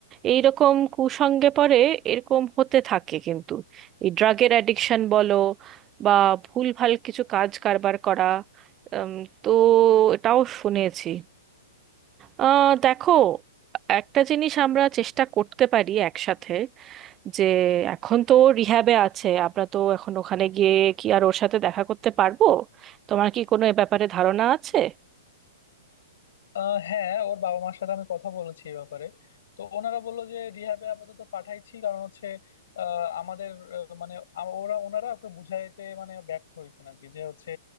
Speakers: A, on the right; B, on the left.
A: এইরকম কুসঙ্গে পড়ে এরকম হতে থাকে কিন্তু এই ড্রাগের অ্যাডিকশন বলো বা ভুলভাল কিছু কাজ কারবার করা উম, তো এটাও শুনেছি আহ, দেখো একটা জিনিস আমরা চেষ্টা করতে পারি একসাথে যে এখন তো রিহ্যাবে আছে আমরা তো এখন ওখানে গিয়ে কি আর ওর সাথে দেখা করতে পারবো তোমার কি কোনো এ ব্যাপারে ধারণা আছে
B: আহ হ্যাঁ ওর বাবা মার সাথে আমি কথা বলেছি এই ব্যাপারে তো ওনারা বললো যে রিহ্যাবে আপাতত পাঠাইছি কারণ হচ্ছে আহ, আমাদের আহ, মানে আম- ওরা ওনারা ওকে বুঝাইতে মানে ব্যর্থ হয়েছেন আর কি যে হচ্ছে